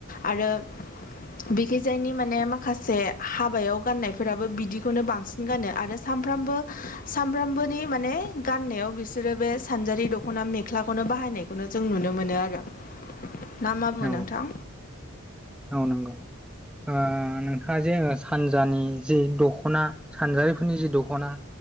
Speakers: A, on the left; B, in the centre.
A: आरो बिखिजायनि माने माखासे हाबायाव गाननायफोराबो बिदिखौनो बांसिन गानो आरो सफ्रबोनि माने गाननायाव बिसोरो बे सानजारि दख'ना मेख्लाखौनो बाहायनायखौनो जों नुनो मोनो आरो। ना मा बुङो
B: औ
A: नोंथां
B: औ औ नंगौ। ओ नोंथाङा जे सानजानि जि दख'ना सानजारिफोरनि जि दख'ना